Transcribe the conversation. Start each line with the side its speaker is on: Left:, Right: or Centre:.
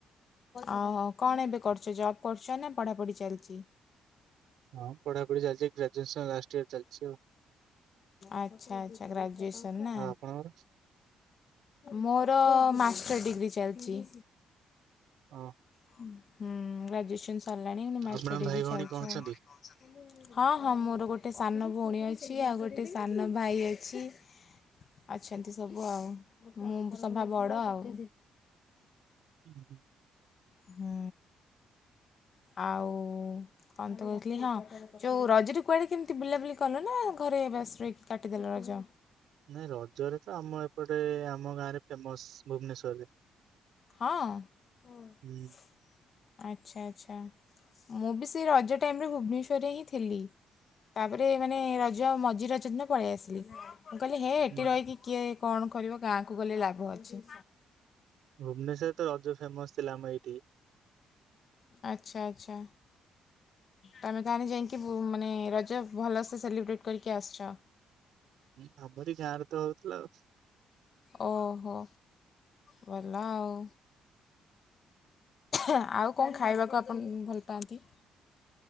Left: ଆଉ ଆଉ କଣ ଏବେ କରୁଚ ଜବ୍ କରୁଚ ନା ପଢ଼ାପଢ଼ି ଚାଲିଚି?
Right: ହଁ ପଢ଼ାପଢ଼ି ଚାଲିଚି ଗ୍ରାଜୁଏସନ ଲାଷ୍ଟ। ଇୟର ଚାଲିଚି ଆଉ।
Left: ଆଚ୍ଛା ଆଚ୍ଛା ଗ୍ରାଜୁଏସନ୍ ନା।
Right: ଆଉ ଆପଣଙ୍କର?
Left: ମୋର ମାଷ୍ଟର୍ ଡିଗ୍ରୀ ଚାଲିଚି।
Right: ହଁ।
Left: ହୁଁ ଗ୍ରାଜୁଏସନ୍ ସରିଲାଣି ଏଇନା ମାଷ୍ଟର
Right: ଆପଣଙ୍କ
Left: ଡିଗ୍ରୀ
Right: ଭାଇ ଭଉଣୀ
Left: ଚାଲିଚି
Right: କଣ ଅଛନ୍ତି?
Left: ଆଉ। ହଁ ହଁ ମୋର ଗୋଟେ ସାନ ଭଉଣୀ ଅଛି ଆଉ ଗୋଟେ ସାନ ଭାଇ ଅଛି। ଅଛନ୍ତି ସବୁ ଆଉ ମୁଁ ସଭା ବଡ଼ ଆଉ।
Right: ହୁଁ ହୁଁ।
Left: ହୁଁ ଆଉ କଣ ତ କହୁଥିଲି ହଁ। ଯୋଉ ରଜରେ କୁଆଡେ କେମିତି ବୁଲା ବୁଲି କଲ ନା ଘରେ ବାସ୍ ରହିକି କାଟିଦେଲ ରଜ।
Right: ନାଇଁ ରଜରେ ତ ଆମ ଏପଟେ ଆମ ଗାଁରେ ଫେମସ ଭୁବନେଶ୍ଵରରେ।
Left: ହଁ ଆଚ୍ଛା
Right: ହୁଁ
Left: ଆଚ୍ଛା। ମୁଁ ବି ସେଇ ରଜ ଟାଇମରେ ଭୁବନେଶ୍ୱରରେ ହିଁ ଥିଲି। ତାପରେ ମାନେ ରଜ ମଝି ରଜ ଦିନ ପଳେଇ ଆସିଲି। ମୁଁ କହିଲି ହେ ହେଠି
Right: ହୁଁ।
Left: ରହିକି କିଏ କଣ କରିବ ଗାଁକୁ ଗଲେ ଲାଭ ଅଛି।
Right: ଭୁବନେଶ୍ୱରରେ ତ ରଜ ଫେମସ ଥିଲା ଆମ ଏଇଠି।
Left: ଆଚ୍ଛା ଆଚ୍ଛା। ତମେ ଗାଁରେ ଯାଇକି ମାନେ ରଜ ଭଲସେ ସେଲିବ୍ରେଟ କରିକି ଆସିଛ।
Right: ହୁଁ ଆମରି ଗାଁରେ ତ ହଉଥିଲା ଆଉ
Left: ଓହୋ ଭଲ ଆଉ ଆଉ କଣ ଖାଇବାକୁ ଆପଣ ଭଲ ପାଆନ୍ତି?